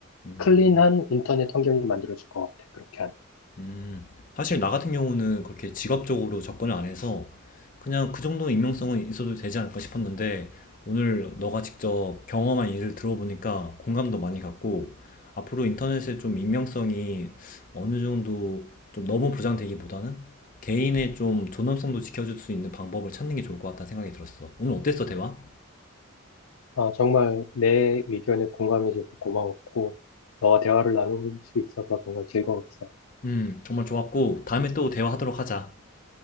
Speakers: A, on the left (about 40°); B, on the left (about 80°).
A: 음.
B: 클린한 인터넷 환경이 만들어질 것 같아. 그렇게 하면.
A: 음. 사실 나 같은 경우는 그렇게 직업적으로 접근을 안 해서 그냥 그 정도 익명성은 있어도 되지 않을까 싶었는데 오늘 너가 직접 경험한 일을 들어보니까 공감도 많이 갔고 앞으로 인터넷에 좀 익명성이 어느 정도 좀 너무 보장되기보다는 개인의 좀 존엄성도 지켜줄 수 있는 방법을 찾는 게 좋을 것 같다는 생각이 들었어. 오늘 어땠어, 대화?
B: 아, 정말 내 의견에 공감해줘서 고마웠고 너와 대화를 나눌 수 있어서 정말 즐거웠어.
A: 음, 정말 좋았고 다음에 또 대화하도록 하자.